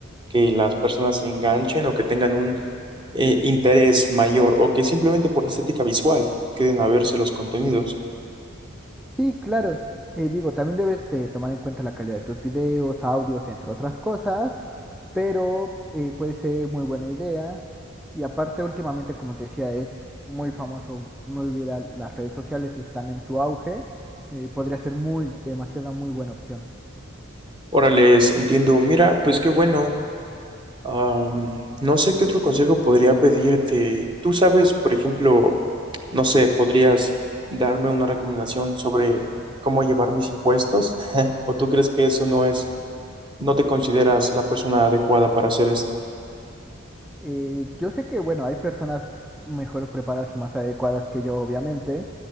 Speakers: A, on the right (about 25°); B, in the centre.
A: que las personas se enganchen o que tengan un eh, interés mayor o que simplemente por estética visual queden a verse los contenidos.
B: Sí, claro. Eh, digo, también debes eh, tomar en cuenta la calidad de tus videos, audios, entre otras cosas, pero eh, puede ser muy buena idea. Y aparte, últimamente, como te decía, es muy famoso, muy viral. Las redes sociales están en su auge. eh, podría ser muy, demasiada, muy buena opción.
A: Órales, entiendo. Mira, pues qué bueno. Am, no sé qué otro consejo podría pedirte. Tú sabes, por ejemplo, no sé, podrías darme una recomendación sobre cómo llevar mis impuestos, <laughs> o tú crees que eso no es, no te consideras la persona adecuada para hacer esto.
B: Eh, yo sé que, bueno, hay personas mejor preparadas y más adecuadas que yo, obviamente,